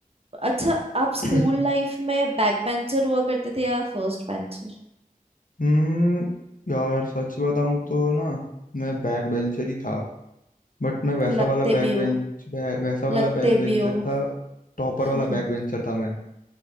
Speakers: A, on the right; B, on the left.
A: अच्छा आप स्कूल
B: <clears throat>
A: लाइफ में बैक बेंचर हुआ करते थे या फर्स्ट बेंचर
B: हम्म यार सच बताऊं तो ना मैं बैक बेंचर ही था बट मैं वैसा
A: लगते
B: वाला बैक
A: भी हो
B: बेंच वै- वैसा वाला
A: लगते
B: बैक बेंचर
A: भी हो
B: था टॉपर
A: <laughs>
B: वाला बैक बेंचर था मैं